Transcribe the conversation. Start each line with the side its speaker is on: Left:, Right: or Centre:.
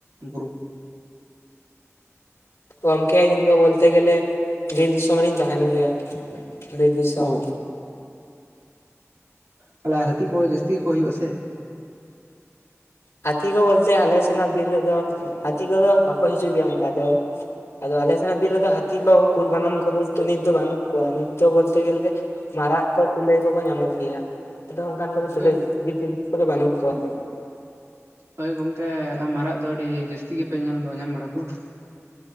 Right: ᱵᱩᱨᱩ?
Left: ᱜᱚᱝᱠᱮ ᱤᱧ ᱫᱚ ᱵᱚᱞ ᱛᱮ ᱜᱮᱞᱮ ᱵᱤᱨ ᱫᱤᱥᱚᱢ ᱨᱮᱧ ᱛᱟᱦᱮᱱ ᱜᱮᱭᱟ ᱵᱤᱨ ᱫᱤᱥᱚᱢ᱾
Right: ᱚ ᱚ ᱛᱟᱦᱚᱞᱮ ᱦᱟᱹᱛᱤ ᱠᱚ ᱡᱟᱹᱥᱛᱤ ᱜᱮᱠᱚ ᱦᱩᱭᱩᱜᱼᱟ ᱥᱮ?
Left: ᱦᱟᱹᱛᱤ ᱠᱚ ᱵᱚᱞᱛᱮ ᱟᱞᱮ ᱥᱮᱱᱟᱜ ᱵᱤᱨ ᱨᱮᱫᱚ ᱦᱟᱹᱛᱤ ᱠᱚᱫᱚ ᱵᱟᱠᱚ ᱦᱤᱡᱩᱜ ᱜᱮᱭᱟ ᱚᱱᱠᱟ ᱫᱚ᱾ ᱟᱫᱚ ᱟᱞᱮ ᱥᱮᱱᱟᱜ ᱵᱤᱨ ᱨᱮᱫᱚ ᱦᱟᱹᱛᱤ ᱠᱚ ᱠᱩᱞ ᱵᱟᱱᱟᱢ ᱠᱚᱫᱚ ᱱᱤᱛ ᱫᱚ ᱵᱟᱹᱱᱩᱜ ᱠᱚᱣᱟ ᱱᱤᱛ ᱫᱚ ᱵᱚᱞᱛᱮ ᱜᱮᱞᱮᱼᱼ ᱢᱟᱨᱟᱜ ᱠᱚ ᱠᱩᱞᱟᱹᱭ ᱠᱚᱠᱚ ᱧᱟᱢᱚᱜ ᱜᱮᱭᱟ, ᱟᱫᱚ ᱚᱝᱠᱟᱱ ᱠᱚᱫᱚ
Right: ᱦᱳᱭ
Left: ᱡᱤᱵᱽ ᱡᱚᱱᱛᱩ ᱠᱚᱫᱚ ᱵᱟᱹᱱᱩᱜ ᱠᱚᱣᱟ ᱾
Right: ᱦᱳᱭ ᱜᱚᱝᱠᱮ ᱢᱟᱨᱟᱜ ᱫᱚ ᱟᱹᱰᱤ ᱡᱟᱹᱥᱛᱤ ᱜᱮᱯᱮ ᱧᱮᱞ ᱵᱟ ᱧᱟᱢ ᱵᱟᱲᱟ ᱠᱚᱣᱟ ᱾